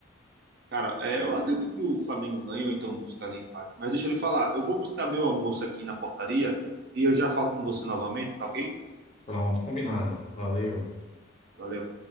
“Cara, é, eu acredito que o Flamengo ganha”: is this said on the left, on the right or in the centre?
Right